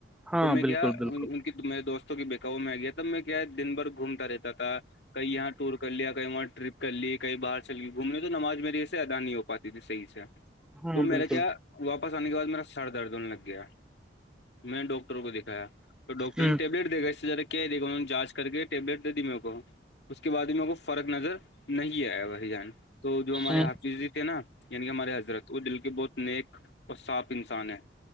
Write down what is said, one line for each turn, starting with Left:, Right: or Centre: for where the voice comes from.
Centre: ہاں
Left: تو میں کیا
Centre: بالکل بالکل
Left: میرے دوستوں کے بکاؤ میں آ گیا تھا میں کیا دن بھر گھومتا رہتا تھا کہئی یہاں ٹور کر لیا کہیں وہاں ٹرپ کر لی کہیں باہر چل لی گھوم لی تو نماز میرے اس سے ادا نہیں ہو پاتی ت صحیح سے
Centre: ہاں
Left: تو
Centre: بالکل
Left: میرا کیا واپس آنے کے بعد میرا سر درد ہونے لگ گیا میں ڈاکٹر کو دکھایا تو ڈاکٹر
Centre: ہ
Left: نے ٹیبلیٹ دےھا اس سےذرا کیا دے گا انہوں نے جانچ کر کے ٹیبلٹ دے دی میرے کو اس کے بعد ہی میرے کو فرق نظر نہیں آیا بھائی جان تو جو ہمارے
Centre: ہ
Left: حافظ نا یعنی کہ ہمارے حضرت وہ دل کے بہت نیک اور صاف انسان ہے